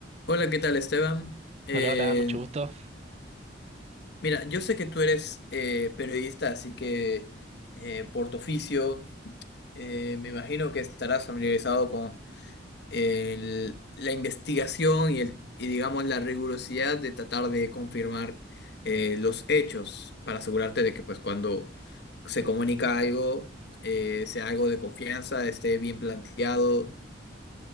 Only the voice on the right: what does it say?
Hola, hola, mucho gusto.